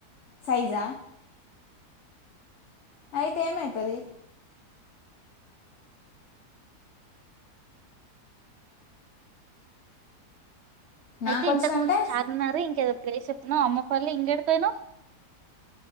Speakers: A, on the left; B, on the right.
A: సైజా అయితే ఏమైతది
B: అయితే
A: నాకు వచ్చినంటే
B: ఇంతకు ముందు చార్మినార్ ఇంకేదో ప్లేస్ చెప్నం అమ్మ ఇంకేడికి పోయనవ్